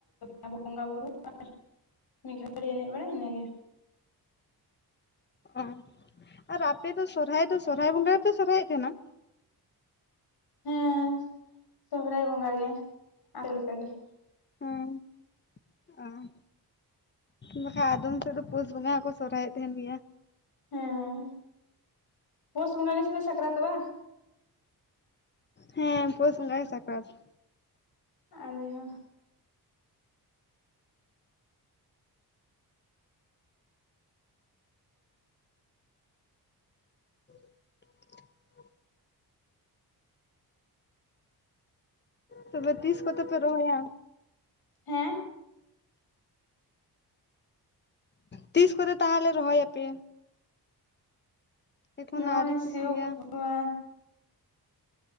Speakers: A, on the left; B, on the left.
A: <unintelligible> ᱵᱚᱸᱜᱟ ᱵᱩᱨᱩ ᱟᱨ ᱢᱤᱫ ᱜᱷᱟᱹᱲᱤᱡ ᱮᱱᱮᱡ ᱵᱟᱲᱟᱭ ᱤᱱᱟᱹᱜᱮ
B: ᱚᱸ ᱟᱨ ᱟᱯᱮ ᱫᱚ ᱥᱚᱨᱦᱟᱭ ᱫᱚ ᱥᱚᱨᱦᱟᱭ ᱵᱚᱸᱜᱟ ᱨᱮᱯᱮ ᱥᱚᱨᱦᱟᱭᱼᱜ ᱠᱟᱱᱟ
A: ᱦᱮᱸ ᱥᱚᱦᱚᱨᱟᱭ ᱵᱚᱸᱜᱟ ᱜᱮ ᱟᱞᱮ ᱞᱮᱠᱟ ᱜᱮ ᱾
B: ᱩᱸᱻᱟᱸ ᱵᱟᱠᱷᱟ ᱟᱫᱚᱢ ᱥᱮᱫ ᱫᱚ ᱯᱩᱥ ᱵᱚᱸᱜᱟ ᱦᱚᱸᱠᱩ ᱥᱚᱦᱨᱟᱭᱼᱜ ᱛᱟᱦᱮᱱ ᱜᱤᱭᱟ ᱾
A: ᱦᱮᱸ ᱯᱩᱥ ᱵᱚᱸᱜᱟ ᱜᱮ ᱥᱮ ᱯᱮ ᱥᱟᱠᱨᱟᱛᱚᱜᱼᱟ ᱾
B: ᱦᱮᱸ ᱯᱩᱥ ᱵᱚᱸᱜᱟ ᱜᱮ ᱥᱟᱠᱨᱟᱛ ᱾
A: ᱟᱞᱮ ᱦᱚᱸ
B: <inaudible> ᱛᱚᱵᱮ ᱛᱤᱥ ᱠᱚᱛᱮ ᱯᱮ ᱨᱚᱦᱚᱭᱼᱟ?
A: ᱦᱮᱸ
B: ᱛᱤᱥ ᱠᱚᱨᱮ ᱛᱟᱦᱚᱞᱮ ᱨᱚᱦᱚᱭᱟ ᱯᱮ? ᱮᱠᱷᱚᱱᱳ
A: <unintelligible> <unintelligible> ᱱᱩᱭ
B: ᱟᱹᱣᱨᱤ ᱯᱮ
A: ᱥᱤᱭᱳᱜ
B: ᱥᱤᱭᱟ?
A: ᱠᱚᱣ ᱢ